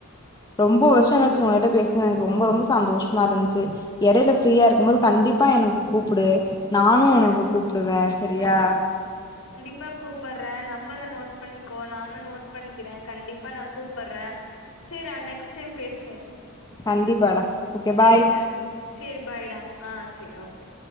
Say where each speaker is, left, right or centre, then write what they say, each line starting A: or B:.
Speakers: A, on the left; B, on the left.
A: ரொம்ப வருஷோ கழிச்சு உங்க கிட்ட பேச எனக்கு ரொம்ப ரொம்ப சந்தோஷமா இருந்துச்சு எடையில ஃப்ரீயா இருக்கும்போது கண்டிப்பா எனக்கு கூப்புடு நானு உனக்கு
B: கண்
A: கூப்டுவே செரியா
B: எப்ப கூப்பட்ற நம்பர நோட் பண்ணிக்கோ நானு நோட் பண்ணிக்கிற கண்டிப்பா நா கூப்பட்ற செரி அ நெக்ஸ்ட் டைம் பேசுவோ
A: கண்டிப்பாடா ஓகே
B: செரிடா
A: பாய்
B: செரி பாய்டா ஆ செரி ஓகே